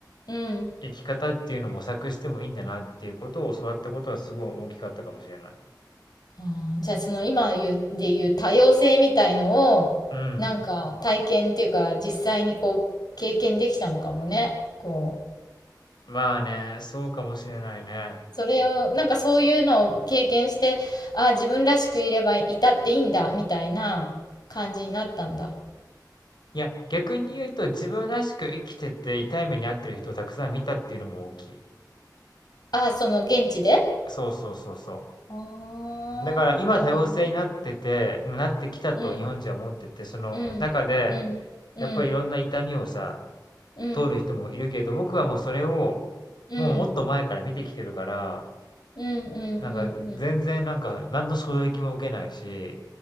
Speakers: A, on the left (about 65°); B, on the left (about 80°).
A: うん。
B: 生き方っていうのを模索してもいいんだなっていうことを教わったことはすごい大きかったかもしれない。
A: あーじゃあその今言う、で言う多様性みたいのを、
B: うん。
A: なんか体験っていうか実際にこう経験できたのかもね。こう
B: まあね、そうかもしれないね。
A: それを、なんかそういうのを経験して、ああ、自分らしくいればいたっていいんだ、みたいな感じになったんだ。
B: いや、逆に言うと自分らしく生きてて痛い目に遭ってる人をたくさん見たっていうのも大きい。
A: ああ、その現地で
B: そうそうそうそ
A: ああ、
B: う。だから今多様性になっててなってきたと日本人は思ってて、
A: なるほどね。うん、
B: その中で
A: うん、うん、うん、
B: やっぱりいろんな痛みをさ、
A: うん、うん、
B: 通る人もいるけど、僕はもうそれを
A: うん、
B: もうもっと前から見てきてるから、
A: うん、うん、うん、
B: なんか全然なんか何の衝撃も受けないし、